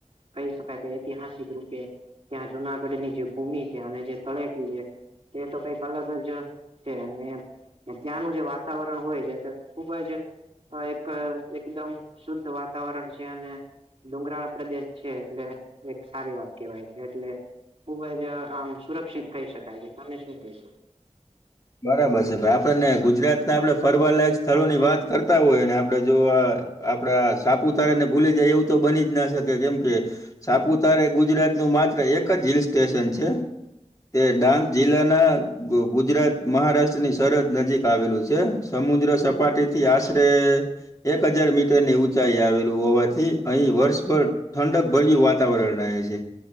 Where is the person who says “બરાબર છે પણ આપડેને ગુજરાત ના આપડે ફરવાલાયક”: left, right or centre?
Left